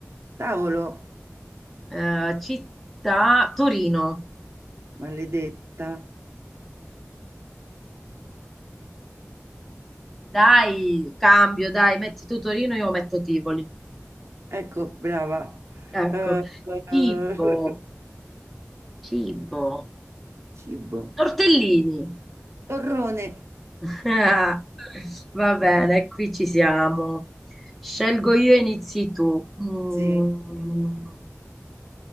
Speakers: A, on the right; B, in the centre.
A: cavolo,
B: Eh, città, Torino.
A: maledetta.
B: Dai, cambio, dai, metti tu Torino, io metto Tivoli.
A: Ecco, brava.
B: Ecco.
A: Eh,
B: Cibo.
A: eh,
B: Cibo.
A: cibo.
B: Tortellini.
A: Torrone.
B: <laughs> Va bene, qui ci siamo. Scelgo io e inizi tu. Mm.
A: Sì.